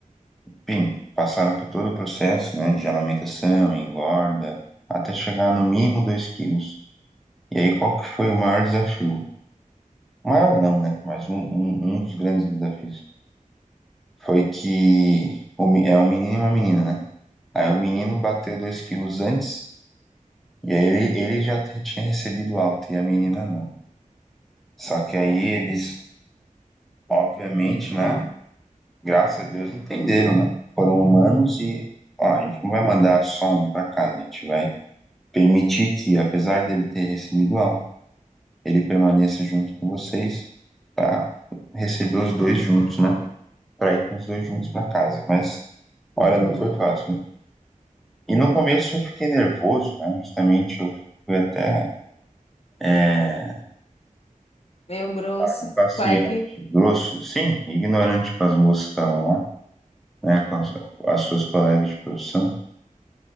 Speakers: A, in the centre; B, on the left (about 45°).
A: enfim, passaram por todo o processo, né, de amamentação, engorda, até chegar no mínimo 2 quilos. E aí, qual que foi o maior desafio? Maior não, né? Mas um, um, um dos grandes desafios foi que o, é um menino e uma menina, né? Aí o menino bateu 2 quilos antes, e aí ele, ele já tinha recebido alta, e a menina não. Só que aí
B: Ah,
A: eles Obviamente, né? Graças a Deus entenderam, né? Foram humanos e, ó, a gente não vai mandar só um para casa, a gente vai permitir que, apesar dele ter recebido alta, ele permaneça junto com vocês para receber os dois juntos, né? Para ir com os dois juntos para casa. Mas, olha, não foi fácil. E no começo eu fiquei nervoso, né? Justamente eu fui até é,
B: Meio grosso,
A: impaciente,
B: quack,
A: grosso, sim, ignorante com as moças que estavam lá, né? Com as, as suas colegas de profissão.